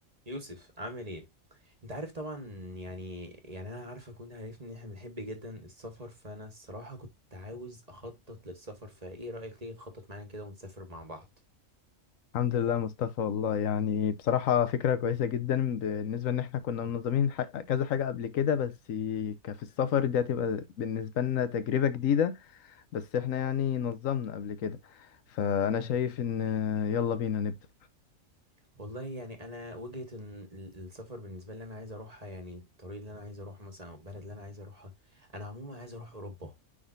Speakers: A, on the right (about 30°); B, on the left (about 75°).
A: يوسف عامل ايه انت عارف طبعا يعني يعني انا عارفك وانت عارفني ان احنا بنحب جدا السفر فانا الصراحة كنت عاوز اخطط للسفر فايه رأيك تيجي تخطط معايا كده ونسافر مع بعض
B: الحمد لله مصطفى والله يعني بصراحة فكرة كويسة جدا بالنسبة إن إحنا كنا منظمين ح- كذا حاجة قبل كده بس كفي السفر دي هتبقى بالنسبة لنا تجربة جديدة بس إحنا يعني نظمنا قبل كده فأنا
A: مم.
B: شايف إن يلا بينا نبدأ
A: والله يعني انا وجهة إن ال- السفر بالنسبة لي انا عايز اروحها يعني الطريق اللي انا عايز اروحه مثلا او البلد اللي انا عايز اروحها انا عموما عايز اروح اوروبا